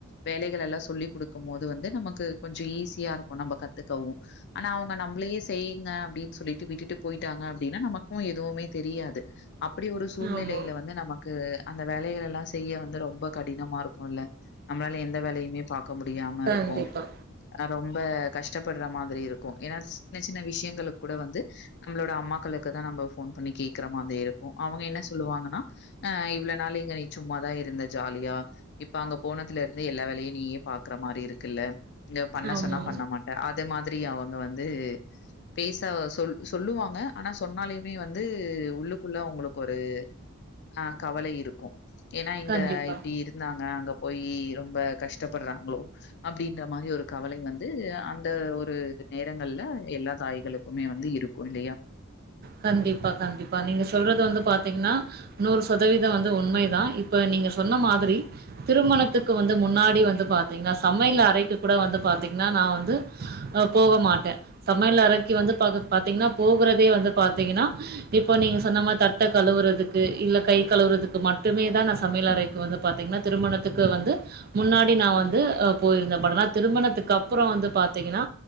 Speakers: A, on the left; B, on the right.
A: வேலைகள் எல்லாம் சொல்லி் குடுக்கும் போது வந்து நமக்கு கொஞ்ச ஈஸியா இருக்கு நம்ம கத்துக்கவு ஆனா அவங்க நம்மளையே செய்யுங்க அப்டின்னு சொல்லிட்டு விட்டுட்டு போயிட்டாங்க அப்டின்னா நமக்கு எதுவுமே தெரியாது அப்டி ஒரு சூழ்நிலையில
B: ஆமா.
A: வந்து நமக்கு அந்த வேலைகள் எல்லா செய்ய வந்து ரொம்ப கடினமா இருக்குல்ல நம்மளால எந்த வேலையுமே பாக்க முடியாம
B: கண்டிப்பா.
A: இருக்கு ஆ ரொம்ப கஷ்டப்படுற மா திரி இருக்கு ஏனா சின்ன சின்ன விஷயங்க கூட வந்து நம்மளோட அம்மாக்களுக்கு தா நம்ப ஃபோன் பண்ணி கேக்கற மாதிரி இருக்கு அவங்க என்ன சொல்லுவாங்கனா ஆ இவ்வள நாள் இங்க நீ சும்மாவா இருந்தே ஜாலியா இப்ப அங்க போனதுல இருந்து எல்லா வேலையு நீயே பாக்குற மாரி இருக்குல்ல இங்க பண்ண
B: ஆமா.
A: சொன்னா பண்ண மாட்ட யாதே மாதிரி அவுங்க வந்து பேச சொல் சொல்லுவாங்க ஆனா சொன்னாலயுமே வந்து உள்ளுக்குள்ள அவுங்களுக்கு ஒரு ஆ கவலை இருக்கு ஏன்னா இங்க
B: கண்டிப்பா.
A: இப்டி இரு நாங்க அங்க போய் ரொம்ப கஷ்டப்படுறாங்களோ அப்டின்ற மாரி ஒரு கவலை வந்து அந்த ஒரு நேரங்கள்ல எல்லா தாய்களுக்குமே வந்து இருக்கு கு இல்லையா
B: கண்டிப்பா கண்டிப்பா நீங்க சொல்றது வந்து பாத்திங்ன்னா நூறு சதவீதொ வந்து உண்மைதா இப்ப நீங்க சொன்ன மாதிரி திருமணத்துக்கு வந்து முன்னாடி வந்து பாத்தீங்னா சமயல் அறைக்கு கூட வந்து பாத்தீங்னா நா வந்து போக மாட்டே சமயல் அறைக்கு வந்து பா பாத்திங்கன்னா போகுறதே வந்து பாத்திங்கன்னா இப்போ நீங்க சொன்ன மார் தட்ட கழுவுறதுக்கு இல்ல கை கழுவுறதுக்கு மட்டுமே தா நா சமயல் அறைக்கு வந்து பாத்திங்கன்னா திருமணத்துக்கு வந்து முன்னாடி நா வந்து போயிருந்தே பட் ஆனா திருமணத்துக்கு அப்புறொ வந்து பாத்திங்கன்னா